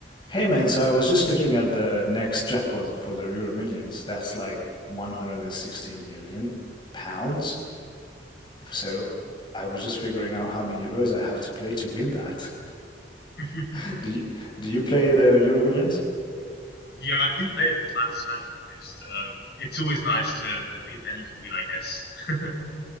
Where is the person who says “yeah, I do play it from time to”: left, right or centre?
Left